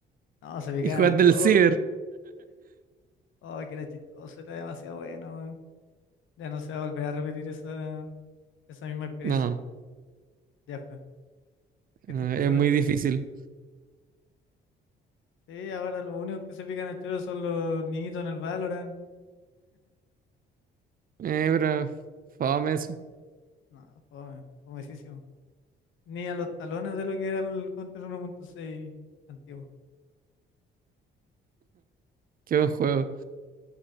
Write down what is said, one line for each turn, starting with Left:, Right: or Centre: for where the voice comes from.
Left: no, se picaban
Right: Y jugar
Left: a
Right: del
Left: chor,
Right: Ciber.
Left: oh, que era chistoso, era demasiado bueno, weón. Ya no se va a volver a repetir esa, esa misma experiencia,
Right: No,
Left: ya fue, qué
Right: eh,
Left: triste esa
Right: es
Left: cuestión.
Right: muy difícil.
Left: Sí, ahora lo único que se pican a choro son los niñitos en el Valorant.
Right: Eh, pero. Fame eso.
Left: No, fome, fomesísimo. Ni a los talones de lo que era el Counter uno punto seis antiguo.
Right: Qué buen juego.